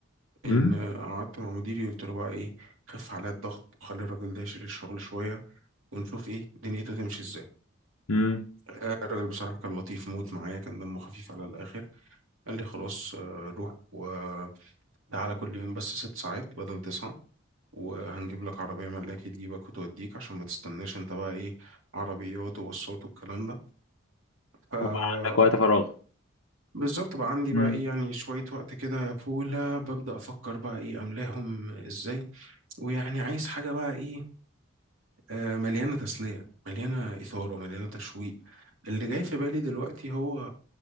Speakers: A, on the left (about 85°); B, on the right (about 75°).
A: مم،
B: ان قعدت مع مديري قلت له بقى ايه خف عليا الضغط وخلي الراجل ده يشيل الشغل شويه ونشوف ايه دنيته تمشي ازاي
A: مم.
B: آه، الراجل بصراحه كان لطيف موت معايا كان دمه خفيف على الاخر قال لي خلاص آه، روح وتعالى كل يوم بس ست ساعات بدل تسعه وهنجيب لك عربيه ملاكي تجيبك وتوديك عشان ما تستناش انت بقى ايه عربيات وبصات والكلام ده ف
A: وبقى عندك وقت فراغ
B: بالظبط بقى عندي
A: مم،
B: بقى ايه يعني شوية وقت كده يا بولا ببدأ أفكر بقى ايه أملاهم ازاي ويعني عايز حاجة بقى ايه آه، مليانة تسلية مليانة إثارة مليانة تشويق اللي جاي في بالي دلوقتي هو